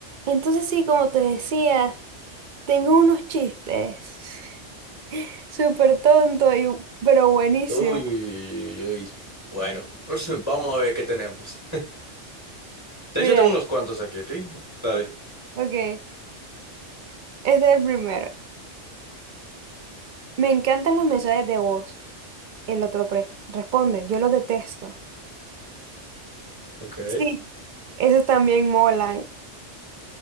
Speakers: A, on the right; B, on the left.
A: Entonces sí, como te decía, tengo unos chistes <laughs> súper tonto y, pero buenísimo.
B: Uy, uy, uy, uy, uy. uy. Bueno, <laughs> vamos a ver qué tenemos. De
A: Mira,
B: hecho, tengo unos cuantos aquí, aquí. Dale.
A: ok, este es el primero. Me encantan los mensajes de voz. El otro pre- responde, yo los detesto.
B: Ok.
A: Sí, esos también molan.